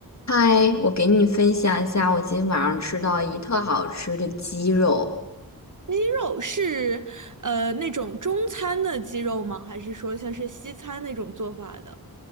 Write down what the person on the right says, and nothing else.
鸡肉是呃那种中餐的鸡肉吗？还是说像是西餐那种做法的？